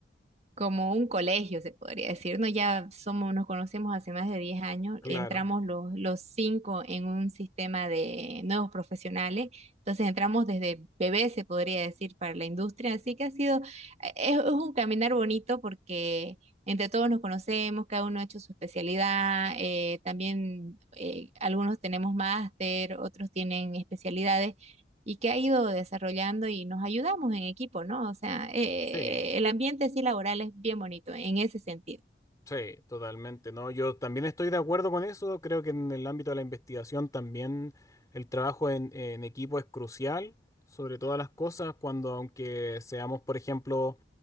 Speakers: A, on the right (about 40°); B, on the left (about 20°).
A: como un colegio, se podría decir, ¿no? Ya somos, nos conocemos hace más de 10 años,
B: claro.
A: entramos los, los cinco en un sistema de nuevos profesionales, entonces entramos desde bebés, se podría decir, para la industria, así que ha sido, eh, es, es un caminar bonito porque entre todos nos conocemos, cada uno ha hecho su especialidad, eh, también eh, algunos tenemos máster, otros tienen especialidades y que ha ido desarrollando y nos ayudamos en equipo, ¿no? O sea, eh,
B: Sí,
A: el ambiente sí laboral es bien bonito en ese sentido.
B: Sí, totalmente. No, yo también estoy de acuerdo con eso. Creo que en el ámbito de la investigación también el trabajo en, en equipo es crucial, sobre todas las cosas, cuando aunque seamos, por ejemplo,